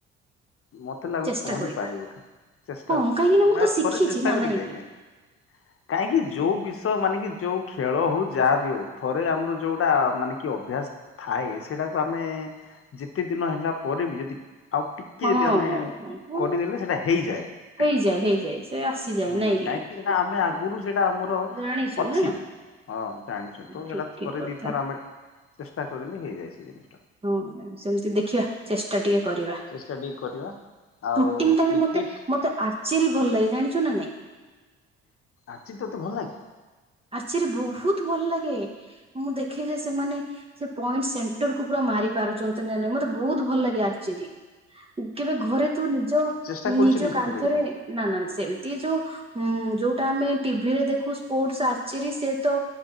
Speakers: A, on the left; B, on the right.
A: ମତେ ଲାଗୁଚ
B: ଚେଷ୍ଟା
A: ପହଁରି
B: କରିବା
A: ପାରିବ କି? ଚେଷ୍ଟା
B: ହଁ କାହିଁକି ନା ମୁଁ
A: ମାନେ
B: ତ ଶିଖିଛି
A: ଥରେ ଚେଷ୍ଟା
B: ନା
A: କରିକି
B: ନାଇଁ
A: ଦେଖେ।
B: କିି?
A: କାହିଁକି ଯୋଉ ବିଷ ମାନେ କି ଯୋଉ ଖେଳ ହଉ ଯାହାବି ହଉ ଥରେ ଆମର ଯୋଉଟା ମାନେ କି ଅଭ୍ୟାସ ଥାଏ ସେଟାକୁ ଆମେ ଯେତେ ଦିନ ହେଲା ପରେ ବି ଯଦି ଆଉ ଟିକେ
B: ହଁ
A: କି ଯଦି ଆମେ
B: ହଁ ହଁ ହଁ
A: କରିଦେଲେ ସେଇଟା ହେଇଯାଏ।
B: ହେଇଯାଏ ହେଇଯାଏ ସେ ଆସିଯାଏ
A: ହୁଁ
B: ନାଇଁ କି
A: କାହିଁକି ସେଟା ଆମେ ଆଗରୁ
B: ହଁ।
A: ସେଇଟା ଆମର
B: ଜାଣିଛୁ
A: ଅଛି।
B: ନା
A: ହଁ ଜାଣିଛୁ ତ
B: ଠିକ
A: ସେଇଟା
B: ଠିକ
A: ଥରେ
B: କଥା
A: ଦି ଥର ଆମେ ଚେଷ୍ଟା କରିଦେଲେ ହେଇଯାଏ ସେ ଜିନିଷ।
B: ହଁ ସେମତି ଦେଖିବା ଚେଷ୍ଟା ଟିକେ କରିବା।
A: ଚେଷ୍ଟା ଟିକେ କରିବା ଆଉ
B: ସୁଟିଂ ଟା
A: କ୍ରିକେଟ
B: ବି ମତେ ମତେ ଆଚେରରି ଭଲ ଲାଗେ ଜାଣିଛୁ ନା ନାଇଁ
A: ଆଛି ତତେ ଭଲ ଲାଗେ!
B: ଆର୍ଚିରି ବହୁତ ଭଲ ଲାଗେ! ମୁଁ ଦେଖେ ଯେ ସେମାନେ ସେ ପଏଣ୍ଟ ସେଣ୍ଟର ପୁରା ମାର ପାରୁଛନ୍ତି ନା ନାଇଁ ମତେ ବହୁତ ଭଲ ଲାଗେ ଆରଚେରି। କେବେ ଘରେ ତୁ ନିଜ
A: ଚେଷ୍ଟା କରୁଛୁ
B: ନିଜ
A: ନିଜେ
B: କାନ୍ଥରେ
A: କେବେ କେବେ
B: ନା ନା ସେମିତି ଯୋଉ ହୁଁ ଯୋଉଟା ଆମେ ଟିଭିରେ ଦେଖୁ ସ୍ପୋର୍ଟଚରୀ ସେ ତ